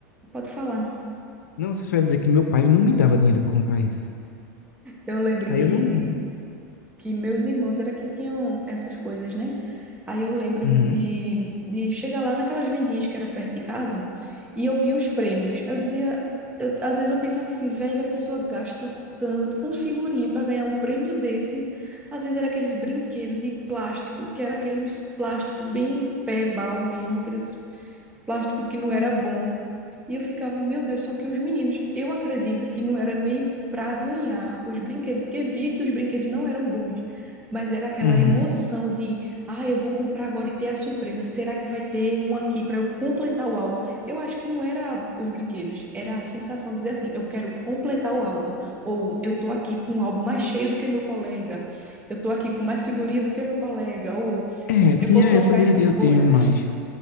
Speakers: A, on the right; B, on the left.
A: Pode falar.
B: não, você só ia dizer que meu pai não me dava dinheiro para comprar isso.
A: Eu lembro
B: Aí
A: que
B: eu não.
A: que meus irmãos era que tinham essas coisas, né? Aí eu lembro
B: Uhum,
A: de, de chegar lá naquelas vendinhas que era perto de casa e eu via os prêmios. Eu dizia, eu- às vezes eu pensava assim, velho, a pessoa gasta tanto com figurinha para ganhar um prêmio desse. Às vezes era aqueles brinquedos de plástico, que era aqueles plástico bem pé-bal mesmo, aqueles plástico que não era bom. E eu ficava, meu Deus, só que os meninos, eu acredito que não era nem para ganhar os brinquedos, porque via que os brinquedos não eram bons, mas era aquela
B: uhum.
A: emoção de, ah, eu vou comprar agora e ter a surpresa. Será que vai ter um aqui para eu completar o álbum? Eu acho que não era os brinquedos, era a sensação de dizer assim, eu quero completar o álbum, ou eu tô aqui com um álbum mais cheio do que meu colega, eu tô aqui com mais figurinha do que meu colega, ou
B: É, tinha
A: eu vou trocar
B: essa de,
A: essas
B: de eu
A: coisas.
B: tenho mais.